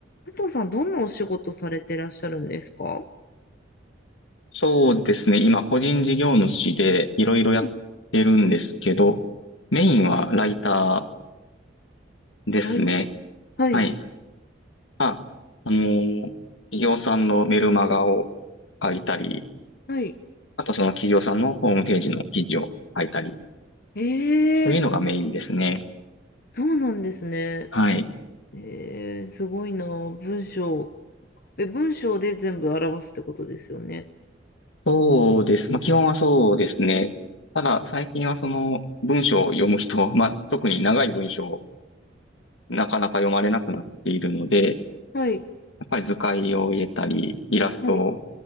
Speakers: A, on the left; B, on the left.
A: 佐藤さん、どんなお仕事されてらっしゃるんですかは
B: そうですね。今、個人事業主でいろいろやってるんですけど、
A: い。
B: メインはライターですね。
A: ライター。はい。
B: はい。あ、あのー企業さんのメルマガを書いたり、
A: はい。
B: あとその企業さんのホームページの記事を書いたり、
A: ええ
B: というのがメインですね。
A: そうなんですね。
B: はい。
A: ええすごいな。文章。え、文章で全部表すってことですよね。
B: そうです。まあ、基本はそうですね。ただ、最近はその文章を読む人、まあ、特に長い文章をなかなか読まれなくなっているので、
A: はい。
B: やっぱり図解を入れたり、イラストを
A: はい。